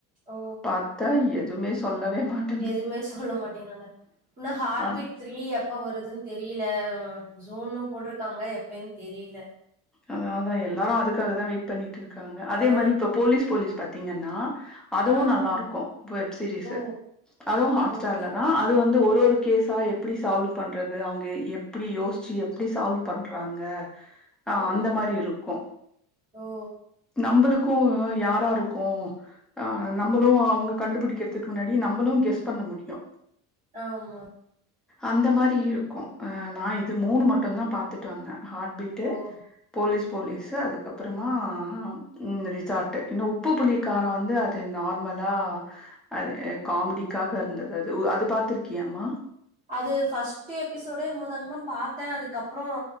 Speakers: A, on the right; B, in the centre.
A: ஓ
B: பாத்தா எதுமே சொல்லவே மாட்
A: எதுமே சொல்ல மாட்டேகிறாங்க இந்த ஹார்ட்பீட்
B: ஆ
A: த்ரீ எப்ப வருதுன் தெரியலே உ ஜூன்னு போட்ருக்காங்க எப்பேன்னு தெரியேல
B: அத அதா எல்லாரு அதுக்காகத வெயிட் பண்ணிட்டு இருக்காங்க அதே
A: ஆ
B: மாரி இப்ப போலீஸ் போலீஸ் பாத்தீங்கன்னா அதுவு
A: ஆ
B: நல்லா இருக்கு வெப் சீரிஸ்சு
A: ஓ
B: அதுவு ஹாட்
A: ஓகே
B: ஸ்டார்ல தா அது வந்து ஒரு ஒரு கேஸ் பா எப்டி சால்வ் பண்றது அவுங்க எ எப்டி யோசிச்சு எப்டி சால்வ் பண்றாங்க ஆ
A: ம்
B: அந்த
A: ம்
B: மாரி இருக்கு
A: ஓ
B: நம்பளுக்கு யாரா இருக்கு ஆ நம்பளு அவுங்க கண்டுபுடிக்கிறதுக்கு முன்னாடி நம்பளு கெஸ் பண்ண முடியு
A: ஆமா
B: அந்த மாரி இருக்கு அ நா இது மூணு மட்டுந்தா பாத்துட்டு வந்தே ஹார்ட்பீட் டு
A: ஓ
B: போலீஸ் போலீஸு அதுக்கப்பறமா அ ம் ரிசார்ட்டு இன்னு உப்பு புளி கார வந்து அது நார்மலா அது அ காமெடிக்காக இருந்தது அது உ அது பாத்திருக்கியாமா
A: அது ஃபஸ்ட்டு எபிசோடே என்னமோ தாங்கம்மா பாத்தே அதுக்கப்றோ